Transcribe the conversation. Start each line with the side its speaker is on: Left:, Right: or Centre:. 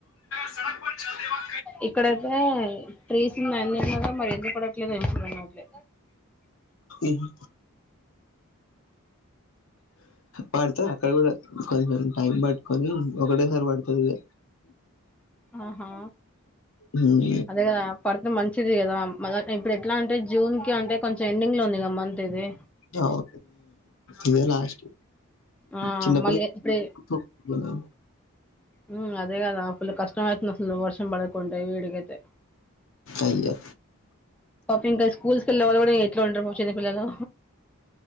Left: <unintelligible>
Centre: ఇక్కడైతే ట్రీసున్నాయి అన్నిట్లోనూ మరి ఎందుకు పడట్లేదో ఏమో అర్థం కావట్లే
Left: మ్ హు వాడత అక్కడ కూడా కొంచెం టైం పట్కొని ఒకటేసారి పడుతదిగ
Centre: ఆహా
Left: హ్మ్
Centre: అదే కదా పడితే మంచిది. రామ్ మళ్ళా ఇప్పుడు ఎట్లా అంటే జూన్కి అంటే కొంచెం ఎండింగ్ లో ఉంది కద మంతిది.
Left: అవును. ఇదే లాస్ట్
Centre: ఆ
Left: చిన్నపిల్లలు
Centre: మళ్ళీ ఇప్పుడే
Left: గదా
Centre: మ్ అదే కదా ఫుల్లు కష్టమయితుందసలు వర్షం పడకుంటే వీడికైతే
Left: అయ్యో
Centre: పాపం ఇంకా స్కూల్స్ కెళ్ళే వాళ్ళు కూడా ఎట్లుంటరు పాపం చిన్న పిల్లలు